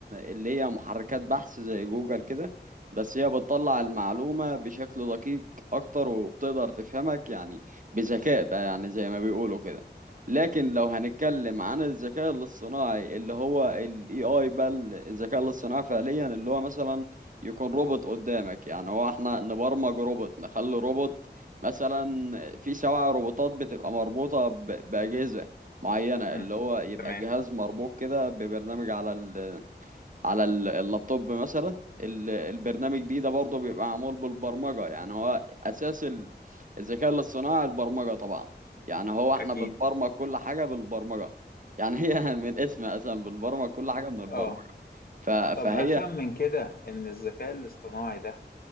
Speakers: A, on the right (about 45°); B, on the left (about 55°).
A: اللي هي محركات بحث زي جوجل كده بس هي بتطلع المعلومة بشكل دقيق اكتر وبتقدر تفهمك يعني بذكاء بقى يعني زي ما بيقولوا كده لكن لو هنتكلم عن الذكاء الاصطناعي اللي هو ال AI بقى الذكاء الاصطناعي فعليا اللي هو مثلا يكون روبوت قدامك يعني هو احنا نبرمج روبوت نخلي روبوت مثلا في سواع روبوتات بتبقى مربوطة ب- بأجهزة معينة
B: مم.
A: اللي هو يبقى
B: تمام
A: جهاز مربوط كده ببرنامج على ال على ال- اللابتوب مثلا ال- البرنامج دي ده برضه بيبقى معمول بالبرمجة يعني هو أساس ال- الذكاء الاصطناعي البرمجة طبعا يعني هو احنا
B: اكيد
A: بنبرمج كل حاجة بالبرمجة يعني هي <laughs> من اسمها أصلا بنبرمج كل حاجة من البرمجة
B: اه
A: ف- فهي
B: طب افهم من كده ان الذكاء الاصطناعي ده